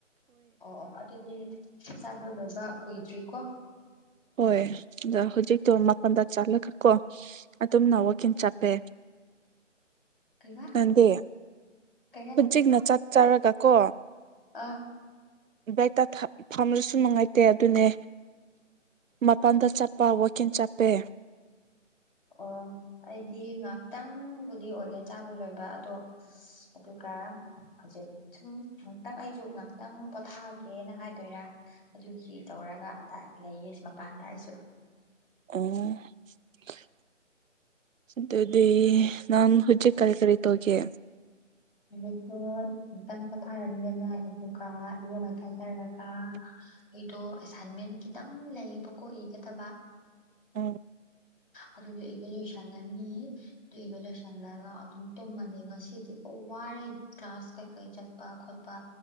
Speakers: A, on the left; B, on the right.
A: ꯑꯣ ꯑꯣ ꯑꯗꯨꯗꯤ ꯆꯥꯕ ꯂꯣꯏꯕ ꯀꯨꯏꯗ꯭ꯔꯤꯀꯣ
B: ꯍꯣꯏ ꯑꯗ ꯍꯧꯖꯤꯛꯇꯣ ꯃꯄꯟꯗ ꯆꯠꯂꯒ ꯀꯣ ꯑꯗꯨꯝꯅ ꯀꯩꯝ ꯆꯥꯗꯦ
A: ꯀꯩꯕ
B: ꯅꯪꯗꯤ
A: ꯀꯩ ꯍꯥꯏꯅꯣ
B: ꯍꯧꯖꯤꯛꯅ ꯆ ꯆꯥꯔꯒ ꯀꯣ
A: ꯑꯥ
B: ꯕꯦꯛꯇ ꯐꯝ ꯐꯝꯔꯁꯨ ꯅꯨꯡꯉꯥꯏꯇꯦ ꯑꯗꯨꯅꯦ ꯃꯄꯥꯟꯗ ꯆꯠꯄ ꯋꯥꯛꯀꯤꯡ ꯆꯞꯄꯦ
A: ꯑꯣ ꯑꯩꯗꯤ ꯉꯥꯛꯇꯪꯕꯨꯗꯤ ꯑꯣꯏꯔꯦ ꯆꯥꯕ ꯂꯣꯏꯕ ꯑꯗꯣ ꯑꯁ ꯑꯗꯨꯒ ꯍꯧꯖꯤꯛ ꯁꯨꯝ ꯉꯥꯛꯇꯪ ꯑꯩꯁꯨ ꯉꯥꯛꯇꯪ ꯄꯣꯊꯥꯒꯦꯅ ꯍꯥꯏꯗꯣꯏꯔꯥ ꯑꯗꯨꯒꯤ ꯇꯧꯔꯒ ꯑꯗꯥꯏ ꯂꯩꯌꯦ ꯁꯤ ꯃꯄꯥꯟꯗ ꯑꯩꯁꯨ
B: ꯑꯣ ꯑꯗꯨꯗꯤ ꯅꯪ ꯍꯧꯖꯤꯛ ꯀꯔꯤ ꯀꯔꯤꯇꯧꯒꯤ
A: ꯍꯧꯖꯤꯛꯇꫭ ꯉꯥꯛꯇꯪ ꯄꯣꯊꯥꯔꯅꯤꯅ ꯑꯗꯨꯒ ꯏꯔꯨ ꯃꯥꯏꯊꯥꯖꯔꯒ ꯑꯩꯗꯣ ꯑꯦꯁꯥꯏꯟꯃꯦꯟ ꯈꯤꯇꯪ ꯂꯩꯌꯦꯕꯀꯣ ꯏꯒꯗꯕ
B: ꯎꯝ
A: ꯑꯗꯨꯗꯤ ꯏꯕ ꯂꯣꯏꯁꯟꯉꯅꯤ ꯑꯗꯨ ꯏꯕꯥ ꯂꯣꯏꯁꯤꯟꯒꯔꯒ ꯑꯗꯨꯝ ꯇꯨꯝꯃꯅꯤ ꯉꯁꯤꯗꯤ ꯈꯋ꯭ꯥꯔꯦ ꯀ꯭ꯂꯥꯁ ꯀꯩꯀꯩ ꯆꯠꯄ ꯈꯣꯠꯄ